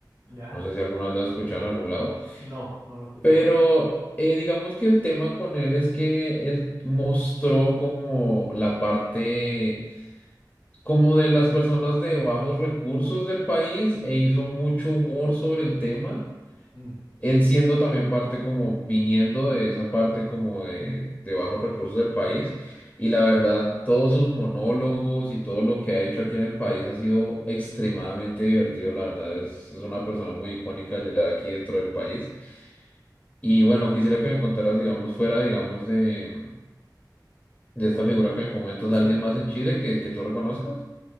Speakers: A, on the right; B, on the left.
A: ¿ya?
B: No sé si alguna vez lo has escuchado en algún lado.
A: No, no lo he escuchado.
B: Pero eh, digamos que el tema con él es que él mostró como la parte como de las personas de bajos recursos del país e hizo mucho humor sobre el tema.
A: Mm.
B: Él siendo también parte como viniendo de esa parte como de, de bajos recursos del país. Y la verdad, todos sus monólogos y todo lo que ha hecho aquí en el país ha sido extremadamente divertido. La verdad, es, es una persona muy icónica ya aquí dentro del país. Y bueno, quisiera que me contaras, digamos, fuera, digamos, de, de esta
A: Oh,
B: figura que me comentas,
A: Sí,
B: alguien
A: sí.
B: más en Chile que, que tú reconozcas.